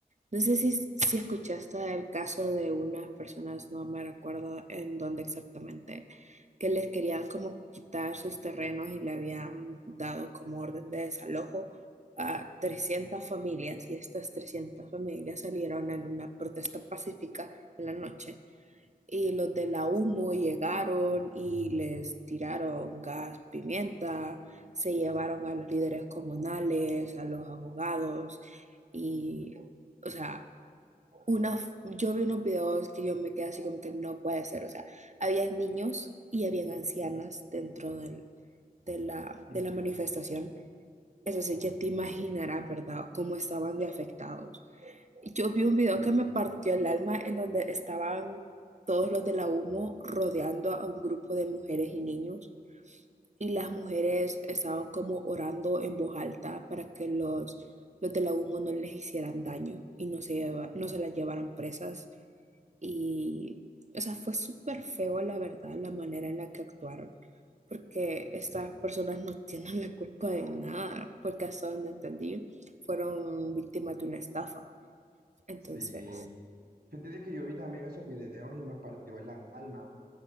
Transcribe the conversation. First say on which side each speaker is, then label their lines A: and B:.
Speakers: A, on the right; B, on the right.
A: No sé si, si escuchaste el caso de unas personas, no me recuerdo en dónde exactamente, que les querían como quitar sus terrenos y le habían dado como orden de desalojo a 300 familias y estas 300 familias salieron en una protesta pacífica en la noche. Y los de la humo llegaron y les tiraron gas, pimienta, se llevaron a los líderes comunales, a los abogados y, o sea una, f- yo vi unos videos que yo me quedé así como que no puede ser, o sea, había niños y habían ancianas dentro del- de la,
B: Ujú,
A: de la manifestación. Entonces
B: ujú,
A: ya te imaginarás, ¿verdad?, cómo estaban de afectados. Yo vi un video
B: Sí,
A: que me partió el alma en donde estaban todos los de la humo rodeando a un grupo de mujeres y niños y las mujeres estaban como orando en voz alta para que los, los de la humo no les hicieran daño y no se, lleva- no se las llevaran presas y, o sea, fue súper feo, la verdad, la manera en la que actuaron, porque estas
B: sí,
A: personas no tienen la culpa de nada, porque hasta donde entendí, fueron víctimas de una estafa. Entonces,
B: sí. Fíjate que yo vi también esos videos y me partió el alma.